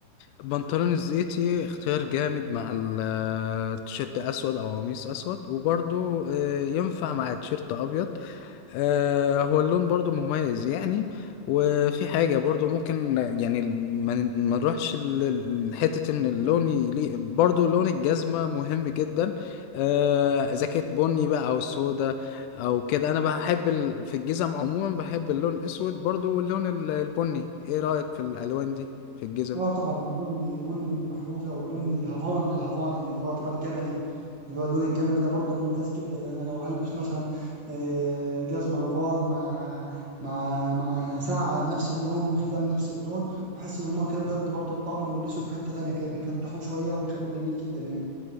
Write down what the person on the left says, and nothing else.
البنطلون الزيتي اختيار جامد مع ال- التيشيرت اسود او قميص اسود وبرضه آه، ينفع مع تيشيرت ابيض آه، هو اللون برضو مميز يعني وفي حاجة برضو ممكن يعني ما ما نروحش ل- لحتة ان اللون يليق برضو لون الجزمة مهم جدا آه، اذا كانت بني بقى او سودا او كده انا بحب ال- في الجزم عموما بحب اللون الاسود برضو واللون ال- البني ايه رأيك في الالوان دي في الجزم